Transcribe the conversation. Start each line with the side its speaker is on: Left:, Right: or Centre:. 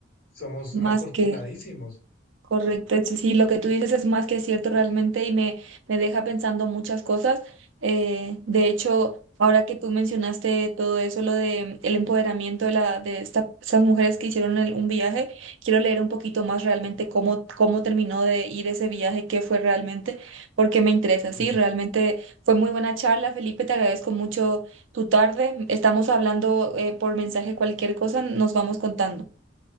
Left: somos
Right: más
Left: afortunadísimos.
Right: que Correcto, eso sí, lo que tú dices es más que cierto realmente y me, me deja pensando muchas cosas. Eh, de hecho, ahora que tú mencionaste todo eso, lo de el empoderamiento de, la, de esta- estas mujeres que hicieron el- un viaje, quiero leer un poquito más realmente cómo, cómo terminó de ir ese viaje, qué fue realmente, porque me interesa.
Left: Sí,
Right: Sí, realmente fue muy buena charla, Felipe, te agradezco mucho tu tarde. Estamos hablando eh, por mensaje cualquier cosa, nos vamos contando.